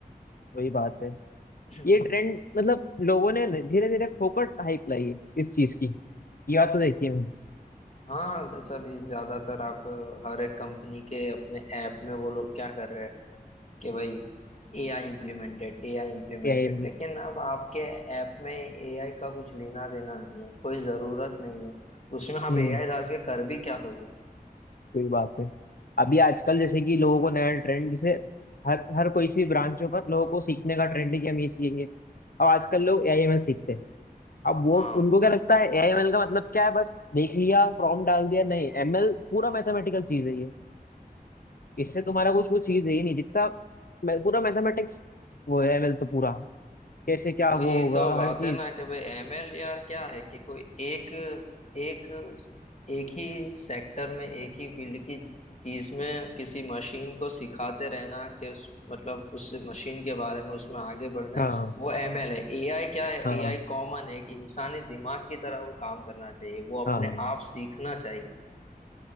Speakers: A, on the left; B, on the left.
A: वही बात है
B: <clears throat>
A: ये ट्रेंड मतलब लोगों ने धीरे धीरे फोकट हाइप लाई है इस चीज की या तो देखिए
B: हाँ जैसा भी ज्यादातर आप अ, हर एक कंपनी के अपने ऐप में वो लोग क्या कर रहे हैं कि भाई एआई इम्प्लीमेंटेड एआई इम्प्लीमेंटेड
A: एआई
B: लेकिन अब आपके ऐप में एआई का कुछ लेना देना नहीं है कोई ज़रूरत नहीं है उसमें आप
A: हम्म
B: एआई डाल के कर भी क्या लोगे
A: कोई बात है अभी आजकल जैसे कि लोगों को नया
B: हम्म।
A: ट्रेंड जैसे हर हर कोई सी ब्रांचों पर लोगों को सीखने का ट्रेंड है कि हम ये सीखेंगे अब आजकल लोग एआई एमएल सीखते हैं अब वो
B: हाँ
A: उनको क्या लगता है एआई एमएल का मतलब क्या है बस देख लिया प्रॉम्प्ट डाल दिया नहीं एमएल पूरा मैथमेटिकल चीज है ये इससे तुम्हारा कुछ कुछ चीज है ही नहीं जितना मैं- पूरा मैथमेटिक्स वो है एमएल तो पूरा कैसे क्या
B: वही
A: वो होगा
B: तो बात
A: हर चीज
B: है ना कि भाई एमएल यार क्या है कि कोई एक एक एक ही सेक्टर में एक ही फील्ड की चीज में किसी मशीन को सिखाते रहना कि उस मतलब उस मशीन के बारे में उसमें आगे बढ़ना है,
A: हाँ
B: वो एमएल है एआई क्या है
A: हाँ
B: एआई कॉमन है कि इंसानी दिमाग की तरह वो काम करना चाहिए वो अपने
A: हाँ
B: आप सीखना चाहिए